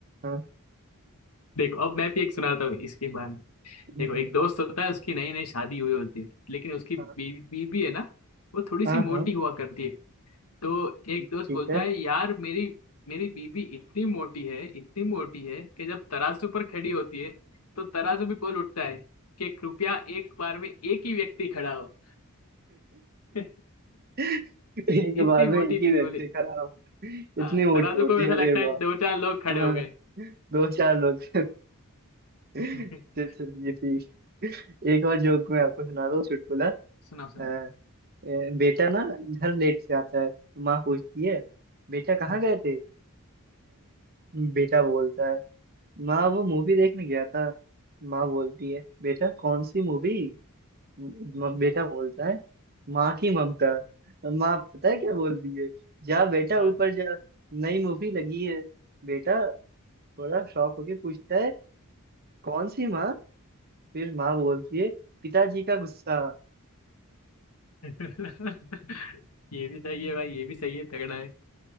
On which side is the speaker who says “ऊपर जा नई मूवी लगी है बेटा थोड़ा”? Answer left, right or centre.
Right